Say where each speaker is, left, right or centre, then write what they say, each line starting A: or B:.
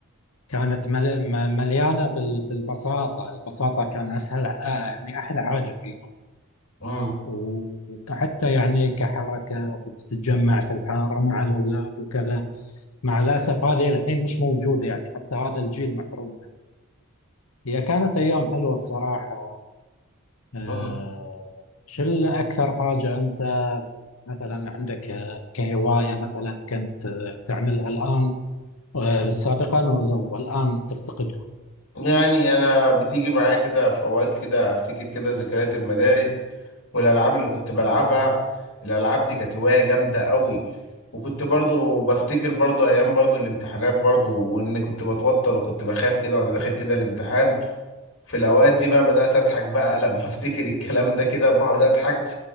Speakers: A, on the left; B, on the left.
A: كانت مل- م- مليانة بال- بالبساطة البساطة كان أسهل آه، يعني أحلى حاجة فيها
B: مم.
A: وحتى يعني كحركة بتتجمع في الحارة مع الأولاد وكذا مع الأسف هذه الحين مش موجودة يعني حتى هذا الجيل محروم منها هي كانت أيام حلوة بصراحة آه،
B: مم.
A: شو اللي أكثر حاجة أنت مثلا عندك آه، كهواية مثلا كنت آه، تعملها الآن آه، سابقا وال- والآن تفتقدها
B: يعني أنا بتيجي معايا كده في أوقات كده أفتكر كده ذكريات المدارس والألعاب اللي كنت بلعبها الألعاب دي كانت هواية جامدة قوي وكنت برضو بفتكر برضو أيام برضو الامتحانات برضو وإن كنت بتوتر وكنت بخاف كده وأنا داخل كده الامتحان في الأوقات دي بقى بدأت أضحك بقى <laughs> لما أفتكر الكلام ده كده بقعد أضحك